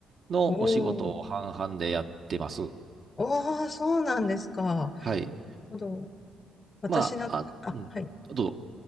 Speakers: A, on the right; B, on the left.
A: のお仕事を半々でやってます。
B: おーおー、そうなんですか。なる
A: はい。
B: ほど。私なんか、
A: まあ、あ、
B: あ、
A: うん。
B: はい。
A: どうぞ。